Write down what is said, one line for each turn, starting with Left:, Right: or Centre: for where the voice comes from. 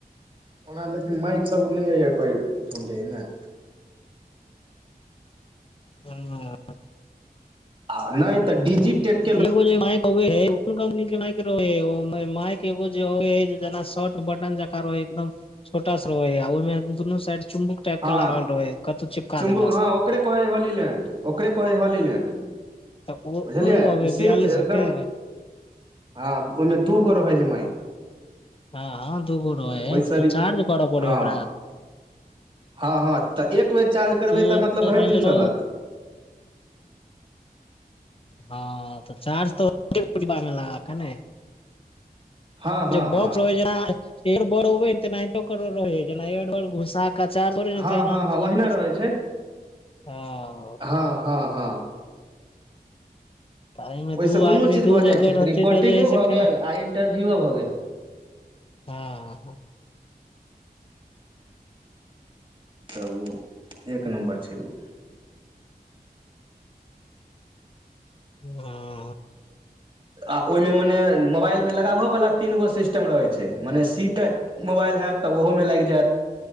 Right: ओना लेकिन माइक सब नहि य कोई ढूँढ़े न
Left: हूँ
Right: आ नइ तऽ डिजिटेक
Left: एगो जे माइक ओ कोन कम्पनी के माइक मइक ए जे जे शॉर्ट बटन जकाँ एकदम माइक ए जे जे छोट सा शॉर्ट बटन जकाँ रहै, ओहिमे दुनू साइड चुम्बक जकाँ
Right: हँ
Left: लागल रहै हय, कतहु चिपका
Right: चुम्बुक
Left: देलक।
Right: हँ ओकरे कहै हँ, होलीलैण्ड, ओकरे कहै हँ होलीलैण्ड।
Left: तऽ ओ
Right: बुझलियै,
Left: अबै
Right: ओ सिर्फ
Left: बियालिस
Right: एकदम
Left: सौ के
Right: हँ, ओहिमे दू गो रहै छै, माइक।
Left: हँ, दूगो रहै
Right: ओहिसँ
Left: छै तऽ चार्ज करऽ पड़ै
Right: हँ
Left: ओकरा।
Right: हँ हँ, तऽ एक बेर चार्ज करबै
Left: तू
Right: तऽ मतलब भरि
Left: माइन
Right: दिन
Left: लेलहो
Right: चलत।
Left: हँ, तऽ चार्ज तऽ बा लऽ कऽ ने।
Right: हँ हँ
Left: बॉक्स
Right: हँ
Left: हो छै। एर बड़ तऽ नहि तो कर, जेना एर बड़ घुसाक। चार्जर
Right: हँ
Left: तहिना
Right: हँ हँ
Left: तऽ
Right: ओहिना रहै छै
Left: हँ।
Right: हँ हँ हँ
Left: तऽ एहिमे
Right: ओहिसँ
Left: दू
Right: दुनू
Left: आदमी
Right: चीज
Left: दू
Right: भऽ
Left: जगह
Right: जाइ छै
Left: रहतै
Right: रिपोर्टिंगो
Left: तऽ जे से
Right: भऽ
Left: केना?
Right: गेल आ इंटरव्यूओ भऽ गेल
Left: हँ
Right: तऽ ओ एक नम्बर छै ओ।
Left: ह
Right: आ ओहिमे, मने मोबाइलमे लगाबयवाला तीन गो सिस्टम रहैत छै, मने सीट। मोबाइल होयत तऽ ओहोमे लागि जायत।